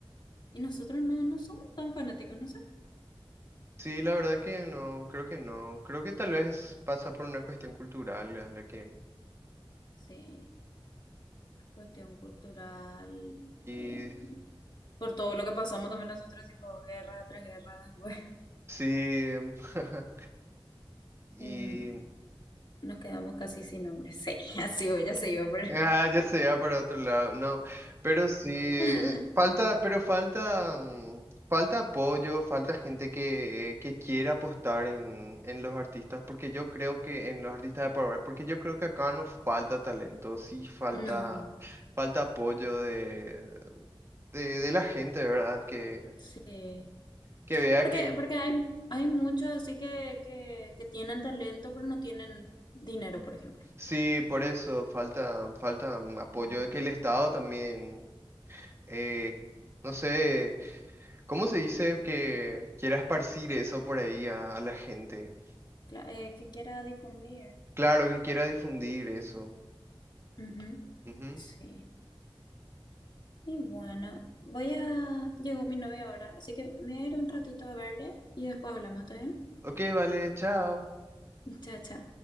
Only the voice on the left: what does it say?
Y nosotros no, no somos tan fanáticos, no sé.
Sí, cuestión cultural,
eh, por todo lo que pasamos también nosotros, tipo guerra tras guerra, después
un- nos quedamos casi sin nombre. Sí, <laughs> así voy, ya se iba, pero...
<laughs>
No,
sí.
Porque,
porque hay, hay muchos así que, que, que tienen talento, pero no tienen dinero, por ejemplo.
Ujú.
Cla- eh, que quiera difundir.
Ujú,
Sí. Y bueno, voy a... Llegó mi novia ahora, así que me voy a ir un ratito a verle y después hablamos, ¿está bien?
Chao, chao.